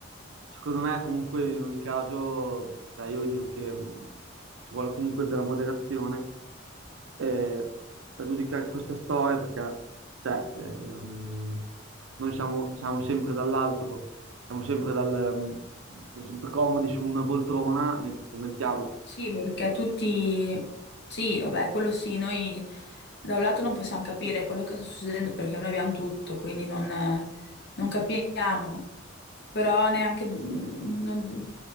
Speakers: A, on the right (about 80°); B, on the left (about 60°).
A: Secondo me, comunque, in ogni caso, cioè io dico che mh, ci vuole comunque della moderazione eh, a giudicare queste storie perché cioè, ehm, noi siamo, siamo sempre dall'alto, siamo sempre, dal, mh, siamo sempre comodi su una poltrona mentre commentiamo.
B: Sì, perché tutti... Sì, vabbè, quello sì, noi da un lato non possiamo capire quello che sta succedendo perché noi abbiamo tutto, quindi non, eh, non capiamo. Però neanche... mm, Non,